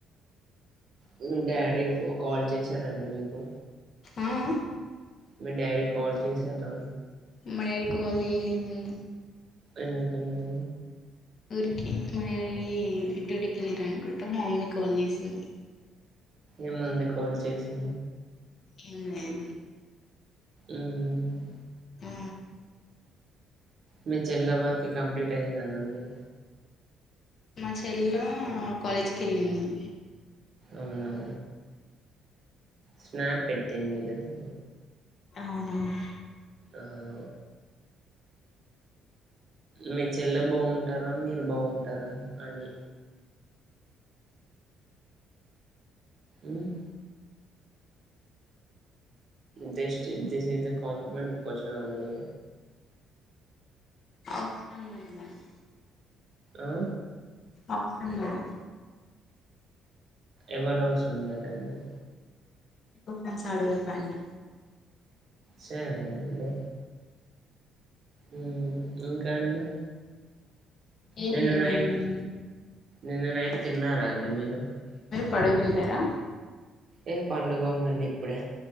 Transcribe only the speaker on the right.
మ్మ్ మీ డాడీ ఫో కాల్ చేశారండి మీకు
మీ డాడీ కాల్ చేసారా
ఎందుకండి
ఏమంది కాల్ చేసి
ఊమ్
మీ చెల్ల వరకు కంప్లీట్ అయిందా అండి
అవునా స్నాప్ పెట్టింది కదూ
ఆహా మీ చెల్లె బాగుంటారా మీరు బాగుంటారా అని ఉమ్ dust the is the compliment question only
ఆ
ఎవల అవసరంలేదండీ
సరే అండి ఊ ఇంకా అండి
నిన్న
నైట్ నిన్న నైట్ తిన్నారా అండి మీరు
ఏ పండుకోమండి ఇప్పుడే